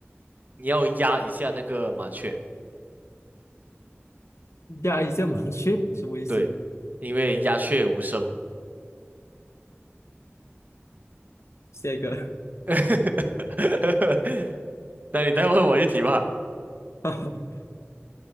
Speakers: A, on the right (about 40°); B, on the left (about 80°).
A: 你要压一下那个麻雀，
B: 压一下麻雀，什么意思？
A: 对，因为鸦雀无声。
B: 下一个，
A: <laughs> 那你再问我一题吧。
B: <laughs>